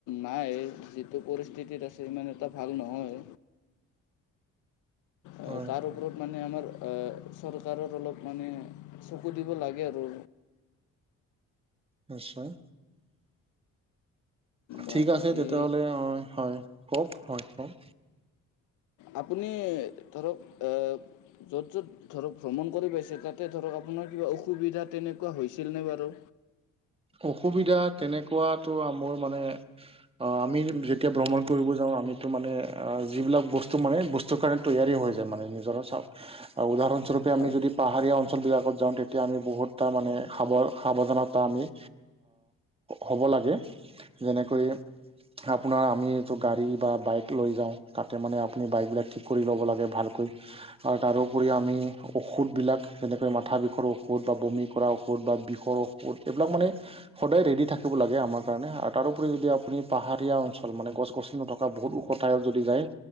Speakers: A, on the left; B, on the right.
A: নাই যিটো পৰিস্থিতিত আছে ইমান এটা ভাল নহয় অ
B: হয়
A: ত পৰত মানে আমাৰ চৰকাৰৰ অলপ মানে চকু দিব লাগে আৰু
B: নিশ্চয় ঠিক
A: বাকী
B: আছে তেতিয়াহলে অ হয় কওক হয় কক
A: আপুনি ধৰক য'ত য'ত ধৰক ভ্ৰমণ কৰি পাইছে তাতে ধৰক আপোনাৰ কিবা অসুবিধা তেনেকুৱা হৈছিলনে বাৰু
B: অসুবিধা তেনেকুৱাতো মোৰ মানে আমি যেতিয়া ভ্ৰমণ কৰিব যাওঁ আমিতো মানে যিবিলাক বস্তু মানে বস্তুৰ কাৰণে তৈয়াৰী হৈ যায় মানে নিজৰ চাও উদাহৰণস্বৰূপে আমি
A: হয়
B: যদি পাহাৰীয়া অঞ্চলবিলাকত যাওঁ তেতিয়া আমি বহুত এটা মানে সাৱ সাৱধানতা আমি হ'ব লাগে যেনেকৈ আপোনাৰ আমি এইটো গাড়ী বা বাইক লৈ যাওঁ তাতে মানে আপুনি বাইকবিলাক ঠিক কৰি ল'ব লাগে ভালকৈ আৰু তাৰোপৰি আমি ঔষধবিলাক যেনেকৈ মাথা বিষৰ ঔষধ বা বমি কৰা ঔষধ বা বিষৰ ঔষধ এইবিলাক মানে সদায় ৰেডি থাকিব লাগে আমাৰ কাৰণে আৰু তাৰোপৰি যদি আপুনি পাহাৰীয়া অঞ্চল মানে গছ গছনি নথ বহুত ওখ ঠাইত যদি যায়